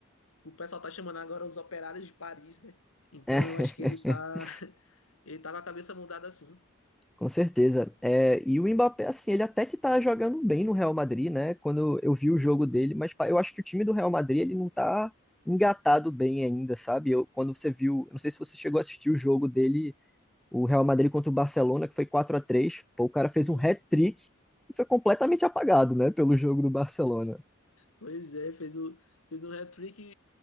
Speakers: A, on the left (about 80°); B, in the centre.
A: o pessoal tá chamando agora os operários de Paris, né. Então
B: É, <laughs>
A: eu acho que ele tá ele tá com a cabeça mudada assim.
B: com certeza. É, e o Mbappé, assim, ele até que tá jogando bem no Real Madrid, né? Quando eu vi o jogo dele, mas pá, eu acho que o time do Real Madrid, ele não tá engatado bem ainda, sabe? Eu, quando você viu, não sei se você chegou a assistir o jogo dele, o Real Madrid contra o Barcelona, que foi 4 a 3 pô, o cara fez
A: Sim.
B: um hat-trick e foi completamente apagado, né, pelo jogo do Barcelona.
A: Pois é, fez, o, fez um hat-trick e,